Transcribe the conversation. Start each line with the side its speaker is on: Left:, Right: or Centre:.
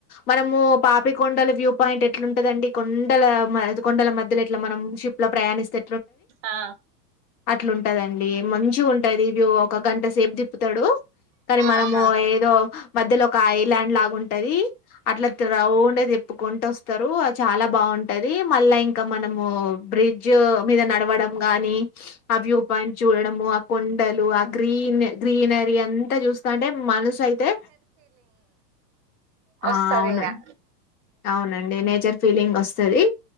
Left: మనము పాపికొండల వ్యూ పాయింట్ ఎట్లుంటదండి కొ కొండల కొండల మధ్య ఇట్లా మనం షిప్ లో ప్రయాణిస్తే
Right: ఆ
Left: అట్లా ఉంటాదండి మంచిగా ఉంటాది వ్యూ ఒక గంట సేపు తిప్పుతాడు కానీ మనము
Right: ఆహా
Left: ఏదో మధ్యలో ఒక ఐలాండ్ లాగుంటది అట్లా రౌండే తప్పుకుంటూ వస్తారు అ చాలా బాగుంటు ఉంటది మళ్ళా ఇంకా మనము బ్రిడ్జ్ మీద నడవడం గాని ఆ వ్యూ పాయింట్ చూడము ఆ కొండలు ఆ గ్రీన్ గ్రీనరీ అంతా చూస్తా అంటే మనసు అయితే
Right: వస్తందికా
Left: ఆ అవునండి అవునండి న నర్ ఫీలింగ్ వస్తుంది